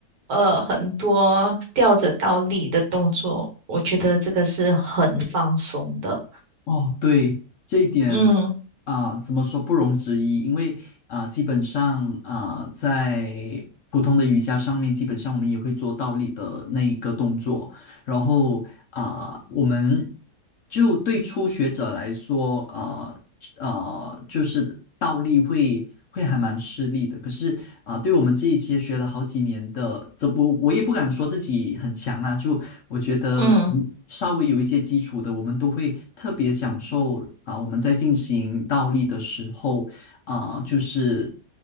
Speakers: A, on the right (about 65°); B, on the left (about 60°).
A: 呃，很多吊着倒立的动作，我觉得这个是很放松的。
B: 哦，对，这一点
A: 嗯
B: 啊，怎么说不容置疑？因为啊，基本上啊，在普通的瑜伽上面，基本上我们也会做倒立的那一个动作。然后啊，我们就对初学者来说，啊，呃，就是倒立会会还蛮吃力的。可是啊、对我们这一些学了好几年的，这我我也不敢说自己很强啊，就我觉得嗯稍微有一些基础的，
A: 嗯。
B: 我们都会特别享受啊、我们在进行倒立的时候啊、就是